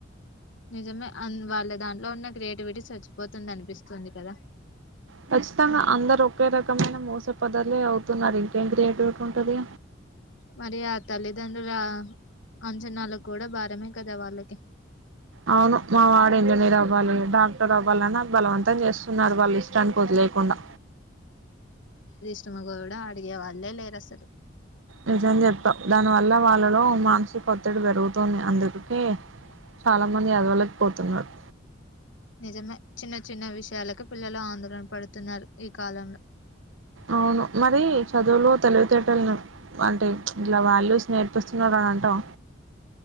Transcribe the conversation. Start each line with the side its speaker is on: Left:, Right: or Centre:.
Left: నిజమే అన్ వాళ్ళ దాంట్లో ఉన్న క్రియేటివిటీ చచ్చిపోతుంది అనిపిస్తుంది కదా
Right: ఖచ్చితంగా అందరు ఒకే రకమైన మూసపదాలే అవు తున్నారు ఇంకేం క్రియేటివిటీ ఉంటది
Left: మరి ఆ తల్లిదండ్రుల అంచనాలు కూడా భారమే కదా వాళ్ళకి
Right: అవును మావాడు ఇంజనీర్ అవ్వాలి డాక్టర్ అవ్వాలని వాళ్ళు బలవంత తం చేస్తున్నారు వాళ్ళ ఇష్టానికి వదిలేయకుండా
Left: ష్టం గూడా అడిగే వాళ్ళే లేరు అసలు
Right: నిజం చెప్పావ్ దానివల్ల వాళ్ళలో మానసిక ఒత్తిడి పెరుగుతుంది అందరికీ చాలా మంది ఎదగలేకపోతున్నారు
Left: నిజమే చిన్న చిన్న విషయాలకు పిల్లలు ఆందోళన పడుతున్నారు ఈ కాలంలో
Right: అవును మరి చదువులో తెలువితేటలని అంటే ఇలా వాల్యూస్ నేర్పిస్తున్నరా అని అంటాం